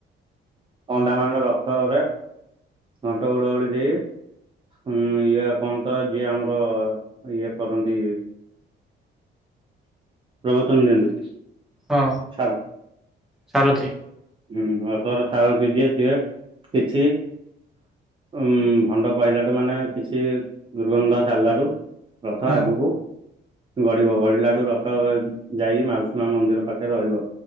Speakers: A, on the right (about 25°); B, in the centre.
A: ଅଣ୍ଡା ମାଣ୍ଡା ରଥରେ ଅଣ୍ଟ ହୁଳହୁଳି ଦେଇ ହୁଁ ଇଏ କଣ ତ ଯିଏ ଆମର ଇଏ କରନ୍ତି ପ୍ରବଚନ ଦିଅନ୍ତି
B: ହଁ
A: ସାର
B: ସାରଥିୀ
A: ହୁଁ ରଥର ସାରଥି ଯିଏ ସିଏ କିଛି ଉଁ ଭଣ୍ଡ କହିଲାଠୁ ମାନେ କିଛି ଦୁର୍ଗନ୍ଧ ସାରିଲାଠୁ ରଥ
B: ହୁଁ
A: ଆଗକୁ ଗଢିବ ଗଢିଲାଠୁ ର ଥ ଯାଇକି ମାଉସୀ ମା ମନ୍ଦିର ପାଖରେ ରହିବ